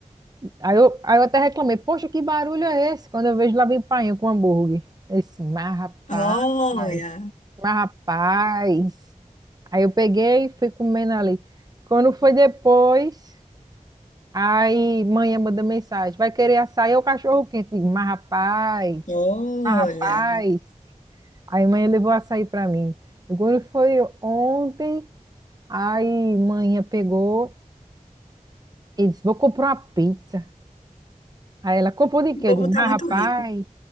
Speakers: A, on the right (about 30°); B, on the left (about 65°).
A: aí, eu, aí eu até reclamei, poxa, que barulho é esse? Quando eu vejo lá vem painho com hambúrguer. Eu disse, mas rapaz,
B: Olha,
A: mas rapaz. Aí eu peguei e fui comendo ali. Quando foi depois. Aí, manhã manda mensagem, vai querer açaí ou cachorro quente? Digo, mas rapaz,
B: olha.
A: mas rapaz. Aí, manhã levou açaí para mim. Agora foi ontem, aí, manhã pegou e disse, vou comprar uma pizza. Aí ela, comprou de quê?
B: O povo
A: Eu digo,
B: tá
A: mas
B: muito
A: rapaz,
B: rico.